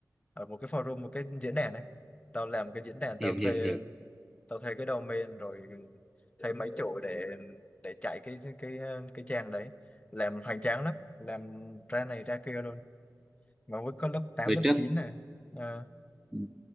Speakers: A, on the left (about 20°); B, in the centre.
A: ở một cái forum một cái diễn đàn ấy tao làm cái diễn đàn tao
B: hiểu
A: thuê
B: hiểu hiểu
A: tao thuê cái domain rồi thuê mấy chỗ để để chạy cái cái cái trang đấy làm hoành tráng lắm làm ra này ra kia luôn mà mới có lớp 8
B: hồi
A: lớp
B: trước
A: 9 này à, Ờ,
B: ừ.